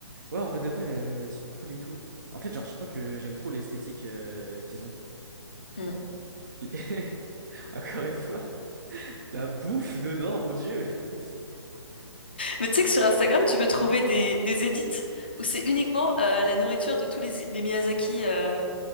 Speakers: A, on the right; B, on the left.
A: Ouais, en vrai de vrai, euh, ils sont cool et tout. En fait, genre, je crois que j'aime trop l'esthétique euh, qu'ils ont.
B: Hmm.
A: Puis, <laughs> encore une fois, la bouffe dedans, mon Dieu! <laughs>
B: Mais tu sais que sur Instagram, tu peux trouver des, des edits où c'est uniquement euh, la nourriture de tous les, les Miyazaki euh,